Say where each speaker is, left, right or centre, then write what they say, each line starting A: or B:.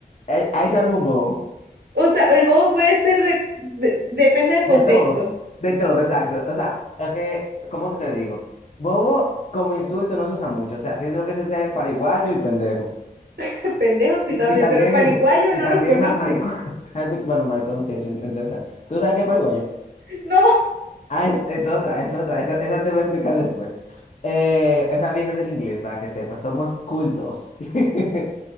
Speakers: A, on the left; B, on the right.
A: Ahí, ahí se arma un bobo.
B: <laughs> o sea, el bobo puede ser de, de- depende del contexto.
A: De todo. De todo, exacto. O sea, es que, ¿cómo que te digo? Bobo como insulto no se usa mucho. O sea, que es lo que se usa es pariguayo y pendejo.
B: <laughs> Pendejo sí
A: Y,
B: también,
A: y también,
B: pero pariguayo
A: y
B: no
A: también
B: los conozco.
A: ma- maricón. <laughs> Bueno, maricón sí, eso es interesante. ¿Tú sabes qué es pariguayo?
B: <laughs> No.
A: Ah, es, es otra, es otra. Esa, esa te voy a explicar después. Eh, esa viene del inglés, para que sepas. Somos cultos. <laughs>